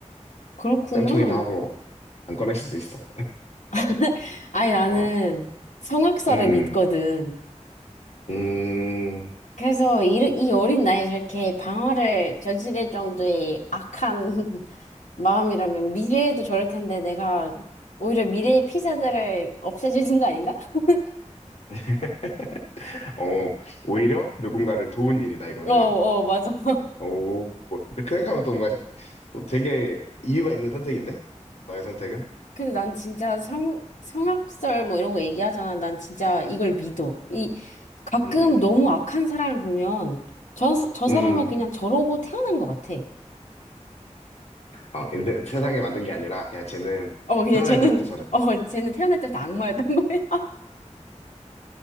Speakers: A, on the left (about 85°); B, on the left (about 60°).
A: 그렇구나.
B: 쌤통이다 하고 안 꺼낼 수도 있어.
A: <laughs> 아니, 나는
B: 어,
A: 성악설을
B: 음,
A: 믿거든.
B: 음, 음,
A: 그래서 이, 이 어린 나이에 저렇게 방화를 저지를 정도의 악한 <laughs> 마음이라면 미래에도 저럴 텐데 내가 오히려 미래의 피자들을 없애주는 거 아닌가? <laughs>
B: <laughs> 어, 오히려 누군가를 도운 일이다, 이거는.
A: 어, 어, 맞아. <laughs>
B: 오, 근데 그 생각하면 또 뭔가 또 되게 이유가 있는 선택인데? 너의 선택은?
A: 근데 난 진짜 성, 성악설 뭐 이런 거 얘기하잖아. 난 진짜 이걸 믿어. 이, 가끔
B: 음,
A: 너무 악한 사람을 보면 저, 저
B: 음.
A: 사람은 그냥
B: 음.
A: 저러고 태어난 것 같아.
B: 어, 인데, 세상에 만든 게 아니라, 야, 쟤는
A: 어, 그냥
B: 태어날
A: 쟤는,
B: 때부터 저랬다.
A: <laughs> 어, 쟤는 태어날 때부터 악마였던 거야. <laughs>